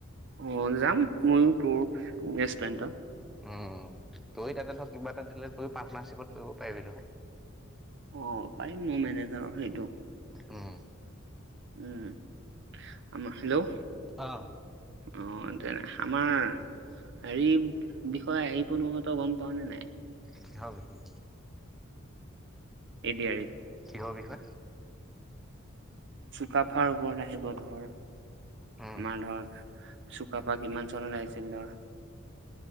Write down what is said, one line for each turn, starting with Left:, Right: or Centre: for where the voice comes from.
Right: অ যাম ময়ো তোৰ ৰেষ্টুৰেণ্টত
Centre: উম তই তাতে ধৰক কিবা এটা দিলে তই পাৰ্টনাৰশ্বিপত কৰিব পাৰিবি ধৰ
Right: অ' পাৰিম মোৰ মেনেজাৰৰ সেইটো
Centre: উম
Right: উম আমা হেল্ল'
Centre: অ
Right: অ যেন আমাৰ হেৰি বিষয়ে আহিব নহয় তই গম পাৱ নে নাই
Centre: কিহ বিষয়ে
Right: এ দি আৰি ইত
Centre: কিহৰ
Right: <unintelligible>
Centre: বিষয়ে
Right: চুকাফাৰ ওপৰত আহিব ধৰ
Centre: উম
Right: আমাৰ ধৰ চুকাফা কিমান চনত আহিছিল ধৰ